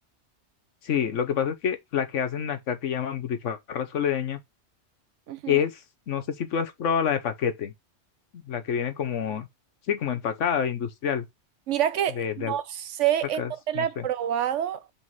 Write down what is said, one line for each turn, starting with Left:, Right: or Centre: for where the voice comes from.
Left: Sí, lo que pasa es que la que hacen acá que llaman butifarra soledeña
Right: Ujú.
Left: es, no sé si tú has probado la de paquete, la que viene como, sí, como empacada, industrial,
Right: Mira que
Left: de, de
Right: no sé
Left: alpacas,
Right: en dónde la
Left: no
Right: he
Left: sé.
Right: probado.